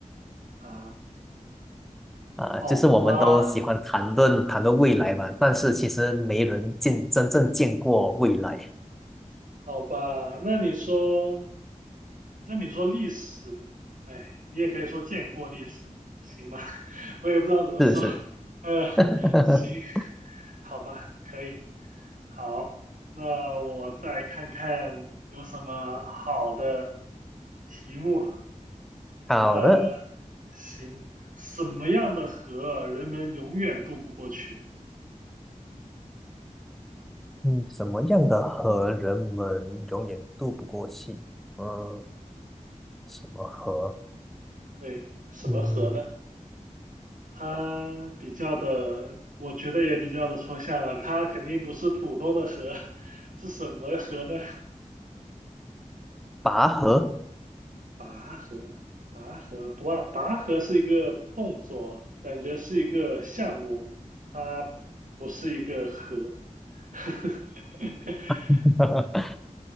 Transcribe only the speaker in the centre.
啊、
就是我们都喜欢谈论谈论未来嘛，但是其实没人见真正见过未来。
是是，
<laughs>
好的。
嗯，什么样的河人们永远渡不过去？嗯，什么河？
嗯，
拔河。
<laughs>